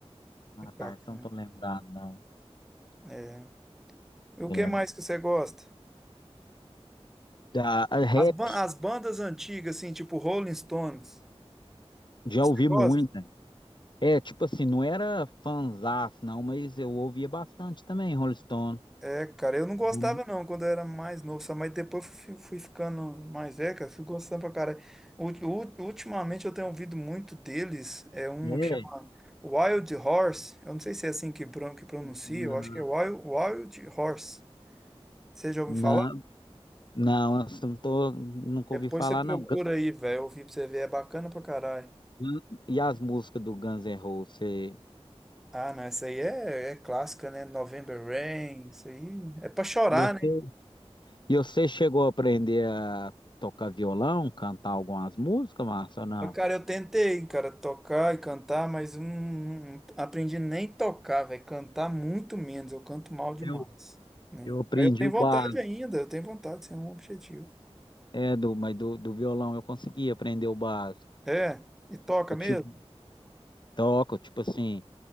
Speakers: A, on the left; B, in the centre.
A: Ah,
B: Muito
A: tá,
B: bacana.
A: essa eu não tô lembrado, não.
B: É. E o
A: É,
B: que mais que você gosta?
A: da a rap,
B: As, ban- as bandas antigas, assim, tipo Rolling Stones.
A: já
B: Você
A: ouvi
B: gosta?
A: muito. É, tipo assim, não era fanzaço, não, mas eu ouvia bastante também, Rolling Stone.
B: É, cara, eu não gostava
A: Não-
B: não quando eu era mais novo, sabe? mas depois fui, fui ficando mais velho, cara, fui gostando pra cara. Ultimamente eu tenho ouvido muito deles, é uma
A: É,
B: que chama Wild Horse, eu não sei se é assim que, bron- que pronuncia,
A: na,
B: eu acho que é Wild, Wild Horse. Você já ouviu
A: na,
B: falar?
A: não, assim, não tô, nunca
B: Depois
A: ouvi falar,
B: você procura
A: não.
B: aí, velho, ouvir pra você ver, é bacana pra caralho.
A: Hum, E as músicas do Guns N' Roses, você...
B: Ah, não, essa aí é, é clássica, né? November Rain, isso aí é pra chorar,
A: E você...
B: né?
A: e você chegou a aprender a tocar violão, cantar algumas músicas, Márcio, ou não?
B: Ó, Cara, eu tentei, cara, tocar e cantar, mas hum, não aprendi nem tocar, velho. Cantar muito menos, eu canto mal demais,
A: Eu,
B: né?
A: eu aprendi
B: Mas eu tenho
A: o
B: vontade
A: básico,
B: ainda, eu tenho vontade, isso é um objetivo.
A: é, do, mas do, do violão eu consegui aprender o básico.
B: É, e toca
A: Eu
B: mesmo?
A: tive, toco, tipo assim,